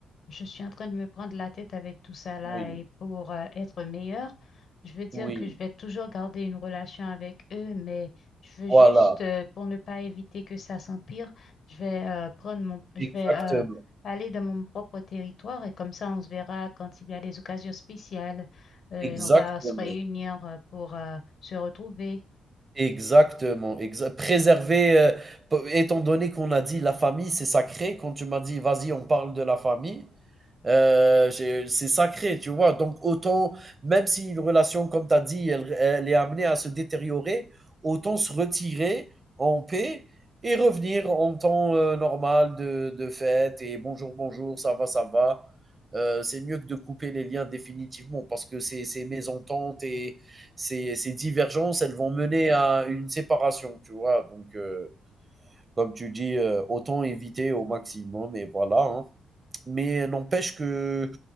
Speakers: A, on the left (about 65°); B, on the right (about 35°).
A: je suis en train de me prendre la tête avec tout ça là
B: Oui,
A: et pour euh, être meilleure, je veux dire
B: oui,
A: que je vais toujours garder une relation avec eux, mais je veux
B: voilà,
A: juste, euh, pour ne pas éviter que ça s'empire, je vais euh, prendre mon, je
B: exactement,
A: vais euh, aller dans mon propre territoire et comme ça on se verra quand il y a des occasions spéciales. Euh,
B: exactement.
A: on va se réunir euh, pour euh, se retrouver.
B: Exactement, exa préserver, heu, p étant donné qu'on a dit la famille, c'est sacré, quand tu m'as dit: «Vas-y, on parle de la famille», euh, c'est sacré, tu vois. Donc, autant, même si une relation, comme tu as dit, elle, elle est amenée à se détériorer, autant se retirer en paix et revenir en temps euh, normal de, de fête et bonjour, bonjour, ça va, ça va. Euh, c'est mieux que de couper les liens définitivement parce que ces, ces mésententes et ces, ces divergences, elles vont mener à une séparation, tu vois. Donc, euh, comme tu dis, heu, autant éviter au maximum et voilà, hein. Mais euh, n'empêche que